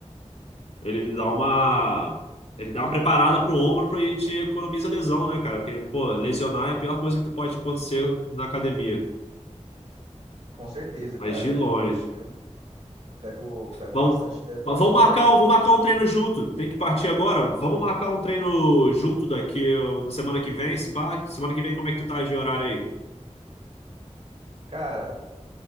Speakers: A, on the left; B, on the right.
A: ele dá uma. Ele dá uma preparada pro ombro pra ele te economiza lesão, né, cara? Porque, pô, lesionar é a pior coisa que tu pode acontecer na academia.
B: Com certeza, cara.
A: Mas de longe.
B: Eu, eu, eu pego, pego
A: Vamos,
B: bastante leve por
A: vamos
B: causa disso
A: marcar,
B: daí, cara.
A: vamos marcar um treino junto. Tem que partir agora. Vamos marcar um treino junto daqui ó, na semana que vem. Se pá, semana que vem, como é que tu tá de horário aí?
B: Cara,